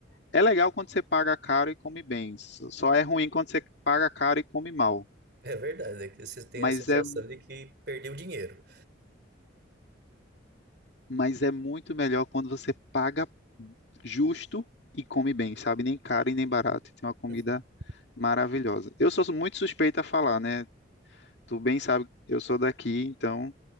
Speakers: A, on the left (about 60°); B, on the right (about 55°).
A: É legal quando você paga caro e come bem, só só é ruim quando você paga caro e come mal.
B: É verdade, é que você tem
A: Mas
B: a sensação
A: é
B: de que perdeu dinheiro.
A: mas é muito melhor quando você paga justo e come bem, sabe? Nem caro e nem barato. Tem uma comida
B: <laughs>
A: maravilhosa. Eu sou muito suspeito a falar, né? Tu bem sabe que eu sou daqui, então